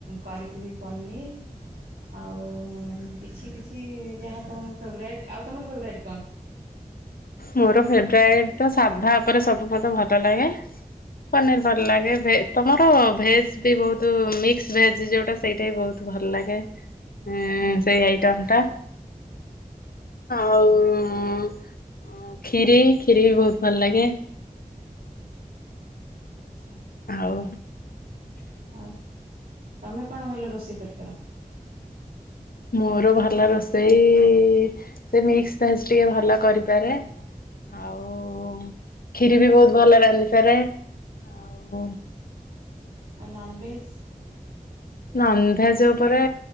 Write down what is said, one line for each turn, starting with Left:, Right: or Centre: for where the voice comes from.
Right: କରି ଥିବି ପନିର୍। ଆଉ କିଛି କିଛି ଯାହା ତମ ଫେବ୍ରାଇଟ୍। ଆଉ ତମର ଫେବ୍ରାଇଟ୍ କଣ?
Left: ମୋର ଫେବ୍ରାଇଟ୍ ତ ସାଧା ଉପରେ ସବୁ ମତେ ଭଲ ଲାଗେ। ପନିର୍ ଭଲ୍ ଲାଗେ ଭେଜ୍ ତମର ଭେଜ୍ ବି ବହୁତ୍ ମିକ୍ସ ଭେଜ୍ ଯୋଉଟା ସେଇଟା ବି ବୋହୁତ୍ ଭଲ ଲାଗେ।
Right: <inaudible>
Left: ହେଁ
Right: ହୁଁ।
Left: ଏ ସେଇ ଆଇଟମ୍ ଟା ଆଉ କ୍ଷୀରି କ୍ଷୀରି ବି ବୋହୁତ୍ ଭଲ ଲାଗେ।
Right: ଆଚ୍ଛା।
Left: ଆଉ।
Right: ଆଉ ତମେ କଣ ଭଲ ରୋଷେଇ କରିପାର।
Left: ମୋର ଭଲ ରୋଷେଇ ସେ ମିକ୍ସ ଭେଜ୍ ଟା ଟିକେ ଭଲ କରିପାରେ। ଆଉ କ୍ଷୀରି ବି ବହୁତ୍ ଭଲ ରାନ୍ଧିପାରେ। ଆଉ
Right: ଆଉ ନନ୍ଭେଭେଜ୍।
Left: ନନ୍ଭେଭେଜ୍ ଉପରେ